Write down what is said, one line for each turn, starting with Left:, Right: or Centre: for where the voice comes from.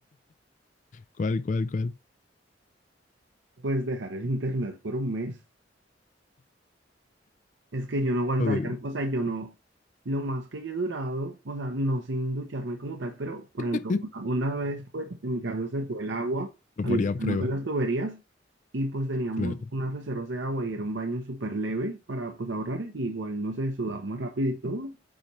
Left: ¿Cuál, cuál, cuál?
Right: puedes dejar el internet por un mes. Es que yo no aguantaría,
Left: Joder.
Right: o sea, yo no, lo más que yo he durado, o sea, no sin ducharme como tal, pero por
Left: <laughs>
Right: ejemplo, una, una vez, pues en mi casa se fue el agua,
Left: Lo
Right: había
Left: ponía
Right: un problema
Left: a prueba,
Right: con las tuberías y pues teníamos
Left: claro.
Right: unas reservas de agua y era un baño súper leve para pues ahorrar, y igual no se sudaba más rápido y todo,